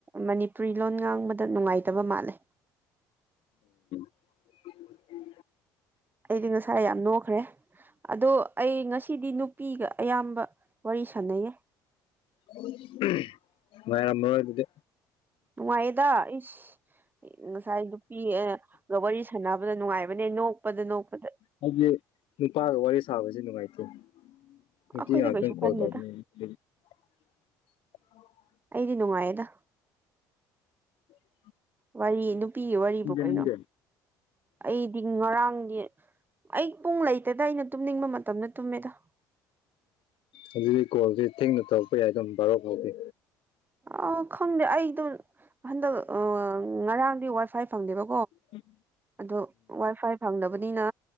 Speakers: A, on the right; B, on the left.
A: ꯃꯅꯤꯄꯨꯔꯤ ꯂꯣꯟ ꯉꯥꯡꯕꯗ ꯅꯨꯡꯉꯥꯏꯇꯕ ꯃꯥꯜꯂꯦ
B: <unintelligible>
A: ꯑꯩꯗꯤ ꯉꯁꯥꯏ ꯌꯥꯝ ꯅꯣꯛꯈ꯭ꯔꯦ ꯑꯗꯣ ꯑꯩ ꯉꯁꯤꯗꯤ ꯅꯨꯄꯤꯒ ꯑꯌꯥꯝꯕ ꯋꯥꯔꯤ ꯁꯥꯟꯅꯩꯌꯦ
B: ꯅꯨꯡꯉꯥꯏꯔꯝꯃꯔꯣꯏ ꯑꯗꯨꯗꯤ
A: ꯅꯨꯡꯉꯥꯏꯑꯦꯗ ꯏꯁ ꯉꯁꯥꯏ ꯅꯨꯄꯤꯒ ꯋꯥꯔꯤ ꯁꯥꯟꯅꯕꯗꯣ ꯅꯨꯡꯉꯥꯏꯕꯅꯦ ꯅꯣꯛꯄꯗ ꯅꯣꯛꯄꯗ
B: ꯍꯥꯏꯗꯤ ꯅꯨꯄꯥꯒ ꯋꯥꯔꯤ ꯁꯥꯕꯕꯁꯤ ꯅꯨꯡꯉꯥꯏꯇꯦ ꯅꯨꯄꯤ
A: ꯑꯈꯣꯏꯗꯤ ꯀꯩꯁꯨ
B: <unintelligible>
A: ꯈꯟꯗꯦꯗ
B: <unintelligible>
A: ꯑꯩꯗꯤ ꯅꯨꯡꯉꯥꯏꯌꯦꯗ
B: ꯎꯝ
A: ꯋꯥꯔꯤ ꯅꯨꯄꯤꯒꯤ ꯋꯥꯔꯤꯕꯨ ꯀꯩꯅꯣ
B: ꯅꯪꯗꯤ
A: ꯑꯩꯗꯤ ꯉꯔꯥꯡꯗꯤ ꯑꯩ ꯄꯨꯡ ꯂꯩꯇꯦꯗ ꯑꯩꯅ ꯇꯨꯝꯅꯤꯡꯕ ꯃꯇꯝꯗ ꯇꯨꯝꯃꯦꯗ
B: ꯑꯗꯨꯗꯤ ꯀꯣꯜꯁꯦ ꯊꯦꯡꯅ ꯇꯧꯔꯛꯄ ꯌꯥꯏ ꯑꯗꯨꯝ ꯕꯔꯣ ꯐꯥꯎꯗꯤ
A: ꯑꯥ ꯈꯪꯗꯦ ꯑꯩꯗꯣ ꯍꯟꯗꯛ ꯑꯥ ꯉꯔꯥꯡꯗꯤ ꯋꯥꯏ ꯐꯥꯏ ꯐꯪꯗꯦꯕ
B: ꯎꯝ
A: ꯑꯗꯣ ꯋꯥꯏ ꯐꯥꯏ ꯐꯪꯗꯕꯅꯤꯅ